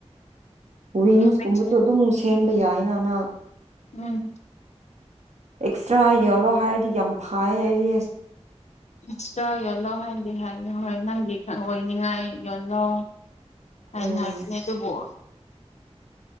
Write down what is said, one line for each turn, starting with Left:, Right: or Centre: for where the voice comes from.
Right: ꯋꯤꯡꯁꯀꯨꯝꯕꯁꯨ
Left: ꯄꯦꯛꯀꯤꯡ
Right: ꯑꯗꯨꯝ ꯁꯦꯝꯕ ꯌꯥꯏꯅꯅ
Left: ꯎꯝ
Right: ꯑꯦꯛꯁꯇ꯭ꯔꯥ ꯌꯦꯣꯂꯣ ꯍꯥꯏꯔꯗꯤ ꯌꯥꯝ ꯐꯩ ꯍꯥꯏꯗꯤ
Left: ꯑꯁꯇ꯭ꯔꯥ ꯌꯣꯜꯂꯣ ꯍꯥꯏꯅꯗꯤ ꯍꯥꯏꯌ ꯍꯣꯏ ꯅꯪꯒꯤ ꯈ ꯑꯣꯏꯅꯤꯡꯉꯥꯏ ꯌꯣꯜꯂꯣ ꯍꯥꯏ
Right: ꯎꯝ
Left: ꯍꯥꯏꯅꯦ ꯑꯗꯨꯕꯨꯣ